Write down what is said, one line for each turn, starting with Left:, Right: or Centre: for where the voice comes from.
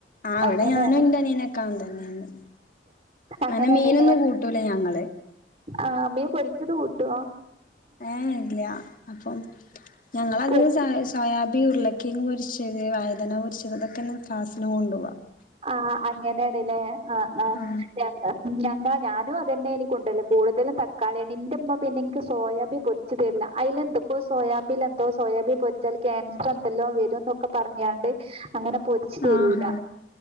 Left: ആഹ് ഇവിടെ
Right: അങ്ങനെയാണ്
Left: ഞാനും ഇന്റെ അനിയനൊക്കെ അങ്ങൻതന്നേയിര്ന്ന്
Right: അങ്ങനെയാണ്ലേ.
Left: അങ്ങനെ മീനൊന്നും കൂട്ടൂലാ ഞങ്ങള്
Right: ആഹ് മീ പൊര്ച്ചത് കൂട്ടോ?
Left: ഏഹ് ഇല്ലാ അപ്പം ഞങ്ങളതികോം
Right: പൊരി
Left: <unintelligible> സോയാബി ഉരുളക്കിഴങ്ങ് പൊരിച്ചത് വഴ്തന പൊരിച്ചത് ഇതൊക്കെന്നെ ക്ലാസ്സിന് കൊണ്ടോവാ
Right: ആഹ് അങ്ങനേണ്ലേ ആഹ് ആഹ്
Left: ആ
Right: ഞങ്ങ ഞങ്ങാ ഞാനും അതന്നെനി കൊണ്ടര്ല് കൂടുതലും തക്കാളിയാണ് ഇന്റെമ്മ പിന്നെ ഇൻക്ക് സോയാബി പൊരി ച്ച് തരില്ലാ അയില് എന്തൊക്കോ സോയാബീൽ എന്തോ സോയാബീൻ പൊരിച്ചാല് ക്യാൻസർ എന്തല്ലോ വരുന്നൊക്കെ പറഞ്ഞാണ്ട് അങ്ങനെ പൊരിച്ച് തെരൂലാ
Left: ആഹാ